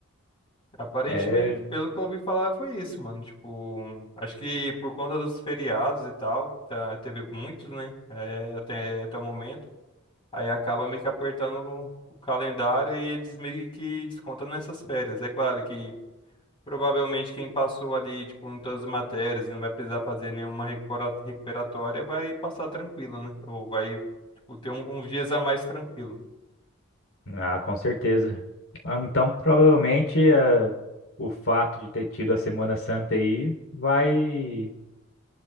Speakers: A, on the left; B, on the left.
A: Aparentemente,
B: é
A: pelo que eu ouvi falar, foi isso, mano. Tipo, acho que por conta dos feriados e tal, tá, teve muitos, né? É, até, até o momento. Aí acaba meio que apertando o, o calendário e eles meio que descontam nessas férias. É claro que provavelmente quem passou ali, tipo, em todas as matérias e não vai precisar fazer nenhuma recupera- recuperatória vai passar tranquilo, né? Ou vai, tipo, ter um- uns dias a mais tranquilo.
B: Ah, com certeza. Ah, Então, provavelmente, eh, o fato de ter tido a Semana Santa aí vai,